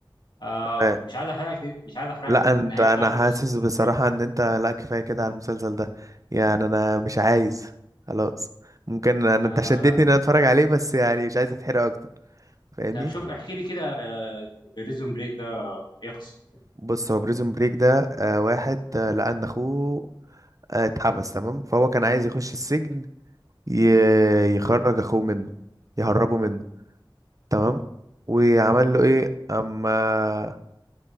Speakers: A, on the left; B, on the right.
A: آه
B: تمام
A: مش عايز احرق لك مش عايز احرق
B: لا
A: لك النهايه
B: انت انا
A: بتاعته
B: حاسس
A: بس
B: بصراحة ان انت لا كفاية كده على المسلسل ده يعني انا مش عايز خلاص ممكن انا
A: آه،
B: انت شدتني ان انا اتفرج عليه بس يعني مش عايز اتحرق اكتر فاهمني
A: طب شوف احكي لي كده بريزون بريك ده ايه قصته؟
B: بص هو بريزون بريك ده آه واحد آه لأن أخوه آه اتحبس تمام فهو كان عايز يخش السجن ي- يخرج أخوه منه يهربه منه تمام وعمل له إيه أما